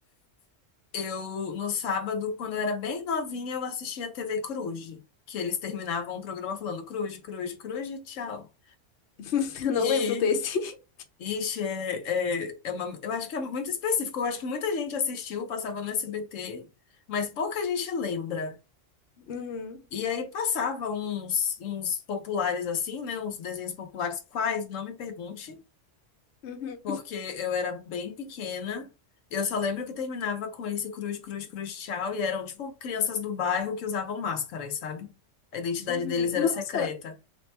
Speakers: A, on the left; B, on the left.
A: Eu, no sábado, quando eu era bem novinha, eu assistia a TV Cruz, que eles terminavam o programa falando Cruz, Cruz, Cruz, e tchau.
B: <laughs> Eu não
A: E,
B: lembro desse. <laughs>
A: ixi, é, é, é uma, eu acho que é muito específico. Eu acho que muita gente assistiu, passava no SBT, mas pouca gente lembra.
B: Uhum,
A: E aí passava uns, uns populares assim, né? Uns desenhos populares, quais, não me pergunte,
B: uhum,
A: porque eu era bem pequena. Eu só lembro que terminava com esse cruz, cruz, cruz, tchau, e eram tipo crianças do bairro que usavam máscaras, sabe? A identidade
B: uhum.
A: deles era
B: Nossa,
A: secreta.